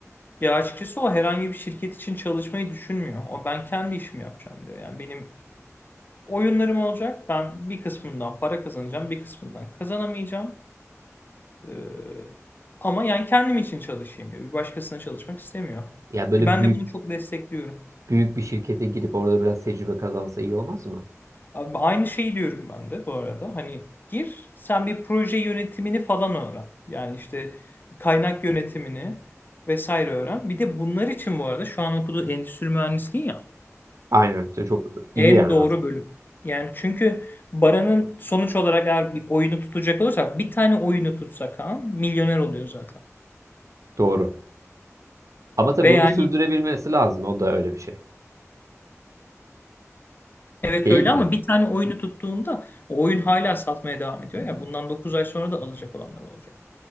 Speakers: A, on the left; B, on the right.
A: Ya açıkçası o herhangi bir şirket için çalışmayı düşünmüyor. O ben kendi işimi yapacağım diyor. Yani benim oyunlarım olacak. Ben bir kısmından para kazanacağım, bir kısmından kazanamayacağım. Ee, ama yani kendim için çalışayım diyor. Bir başkasına çalışmak istemiyor.
B: Ya böyle
A: Ki ben
B: büyük
A: de bunu çok destekliyorum.
B: büyük bir şirkete girip orada biraz tecrübe kazansa iyi olmaz mı?
A: Abi aynı şeyi diyorum ben de bu arada. Hani gir sen bir proje yönetimini falan öğren. Yani işte kaynak yönetimini vesaire öğren. Bir de bunlar için bu arada şu an okuduğu endüstri mühendisliği ya
B: Aynen, çok iyi
A: en
B: yani
A: doğru
B: aslında.
A: bölüm. Yani çünkü Baran'ın sonuç olarak eğer bir oyunu tutacak olursak bir tane oyunu tutsak ha milyoner oluyor zaten.
B: Doğru. Ama tabii
A: Ve
B: bunu
A: yani
B: da sürdürebilmesi lazım. O da öyle bir şey.
A: evet
B: Değil
A: öyle ama
B: mi?
A: bir tane oyunu tuttuğunda o oyun hala satmaya devam ediyor. Ya bundan 9 ay sonra da alacak olanlar olacak.